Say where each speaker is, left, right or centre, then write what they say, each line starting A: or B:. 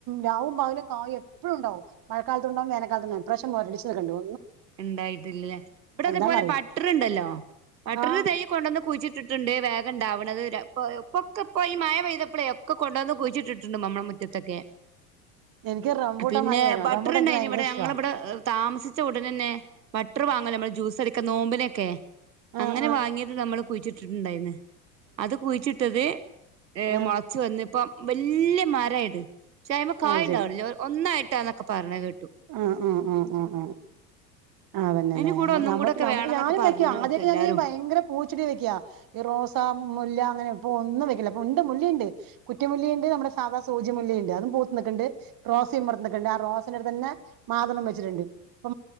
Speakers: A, on the right; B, on the right.
A: രാവും പകലും കായി എപ്പഴുണ്ടാവും. മഴക്കാലത്തുണ്ടാവും. വേനൽകാലത്തുണ്ട ഇപ്രാവശ്യം മൊരടിച്ച് നികണ്ടു
B: ഇണ്ടായിട്ട്ല്ലലെ ഇവടെ
A: എന്താന്നറിയില്ല
B: അതെപോലെ ബട്ട്റ്ണ്ടല്ലൊ ബട്ട്റിന്റെ
A: ആഹ്
B: തയ്യ് കൊണ്ടന്ന് കുഴിച്ച് ഇട്ടിട്ട്ണ്ട് വേഗം ഇണ്ടാവ്ണത് ഇപ ഇപ്പൊക്കെ ഈ മഴ പെയ്തപ്പളെ ഒക്കെ കൊണ്ടന്ന് കുയിച്ചിട്ടിട്ട്ണ്ട് മമ്മ്ള മുറ്റത്തൊക്കെ
A: എനിക്ക് റംബൂട്ടാൻ
B: പിന്നെ
A: വാങ്ങി വെക്കണം
B: ബട്ട്റ്
A: റംബൂട്ടാൻ
B: ഇണ്ടയ്ന്
A: എനിക്ക് ഭയങ്കര
B: ഇവടെ
A: ഇഷ്ടവാ
B: ഞങ്ങളവ്ടെ താമസിച്ച തന്നെ ബട്ട്റ് വാങ്ങൊലൊ ഞമ്മള് ജ്യൂസ്സടിക്ക നോമ്പിനൊക്കെ
A: ആഹ്
B: അങ്ങനെ
A: ആഹ്
B: വാങ്ങിയത് നമ്മള് കുഴിച്ച്ട്ട്ട്ട്ണ്ടായ്ന്ന് അത് കുഴിച്ചിട്ടത് ഏഹ്
A: ആഹ്
B: മൊളച്ച് വന്ന് ഇപ്പ വല്യ മരായ്ട്ട് പഷെ അയ്മെ കായ്
A: അത്
B: ഇണ്ടാവ്ണില്ല ഒന്നായിട്ടാണ്ന്നൊക്കെ പറഞ്ഞത് കേട്ട്
A: ഉം ഉം ഉം ഉം ഉം അതന്നെലേ.
B: അതിന് കൂടെ ഒന്നും
A: ഞമ്മക്ക്
B: കൂടെ ഒക്കെ
A: ഞമ്മക്ക്
B: വേണംന്നൊക്കെ
A: ഞാനും
B: പറഞ്ഞ്
A: വെക്ക ആദ്യൊക്കെ
B: കേട്ടു എല്ലാരും
A: ഞാന് ഭയങ്കര പൂച്ചെടിയ വെക്ക എറോ സാ മുല്ല അങ്ങനെ പ്പൊ ഒന്നും വെക്ക്ണില്ല ഇപ്പൊ ഉണ്ട് മുല്ലീണ്ട് കുറ്റിമുല്ലീണ്ട് നമ്മ്ടെ സാധാ സൂചിമുല്ലീണ്ട് അതും പൂത്ത് നിക്ക്ണ്ണ്ട് റോസെ ഇമ്മർത്ത്നിക്ക്ണ്ണ്ട് ആഹ് റോസന്റെ അടുത്തെന്നെ മാതളും വെച്ചിട്ട്ണ്ട് പൊ